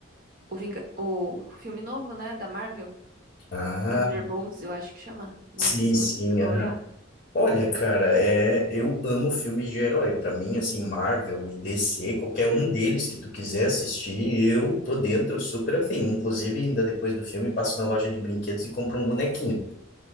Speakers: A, on the right; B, on the left.
A: o, Vinga- o filme novo, né, da Marvel,
B: Ah,
A: Thunderbolts, eu acho que chama. Não
B: sim,
A: sei se
B: sim.
A: você chegou a olhar.
B: Olha, cara, é, eu amo filmes de herói. Pra mim, assim, Marvel e DC, qualquer um deles que tu quiser assistir, eu tô dentro super afim. Inclusive, ainda depois do filme, passo na loja de brinquedos e compro um bonequinho.